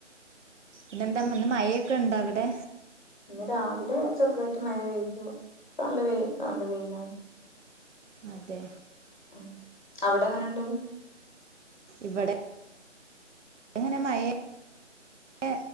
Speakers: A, on the right; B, on the left.
A: പിന്നെന്താ ഇം ഇന്ന്‌ മഴേക്കെ ഇണ്ട അവിടെ
B: ഇന്ന് രാവിലെ ചെറുതായിട്ട് മഴ പെയ്തു നല്ല വെയി നല്ല വെയിലാണ്.
A: അതേ
B: ഉം അവിടെങ്ങനെണ്ട്
A: ഇവിടെ ഇങ്ങനെ മയേ ടെ